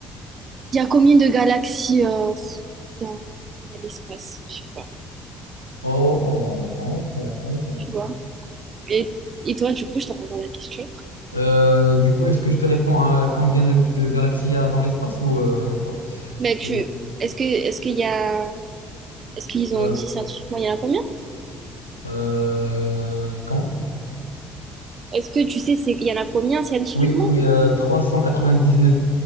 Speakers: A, on the right (about 40°); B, on the left (about 85°).
A: Il y a combien de galaxies euh, dans dans l'espace? Je sais pas,
B: Oh, oh, oh, oh, oh.
A: tu vois. Et, et toi, du coup, je te renvoie la question.
B: Euh, du coup, est-ce que je te réponds à combien de, de galaxies il y a dans l'espace ou, euh, pas-
A: Mais tu,
B: ou
A: est-ce que, est-ce qu'il y a, est-ce qu'ils
B: euh,
A: ont dit scientifiquement, il y en a combien?
B: euh, comment?
A: Est-ce que tu sais, c'est, il y en a combien scientifiquement?
B: Oui, oui, euh, dix